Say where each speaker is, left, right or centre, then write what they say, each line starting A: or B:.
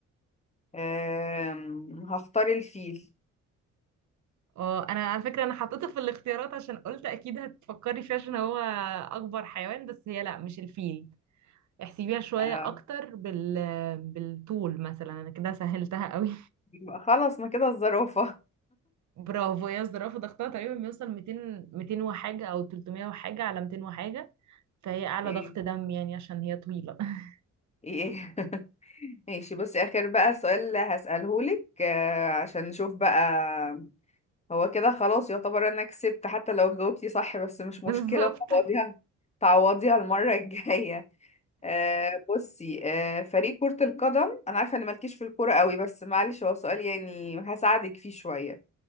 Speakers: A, on the left; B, on the right.
A: آم، هختار الفيل
B: اه انا على فكرة انا حطيته في الاختيارات عشان قلت اكيد هتفكري فيه عشان هو اكبر حيوان بس هي لا مش الفيل احسبيها شوية
A: آه.
B: اكتر بال... بالطول مثلا انا كده سهلتها قوي
A: يبقى خلاص ما كده الزرافة
B: برافو هي الزرافة ضغطها تقريبا بيوصل 200 200 وحاجة أو 300 وحاجة على 200 وحاجة فهي أعلى
A: ايه
B: ضغط دم يعني عشان هي طويلة <laughs>
A: ايه <laughs> ماشي بصي آخر بقى سؤال هسأله لك آه، عشان نشوف بقى هو كده خلاص يعتبر انا كسبت حتى لو جاوبتي صح بس مش
B: بالظبط
A: مشكلة تعوضيها تعوضيها المرة <laughs> الجاية آه بصي آه فريق كرة القدم انا عارفة ان مالكيش في الكورة قوي بس معلش هو سؤال يعني هساعدك فيه شوية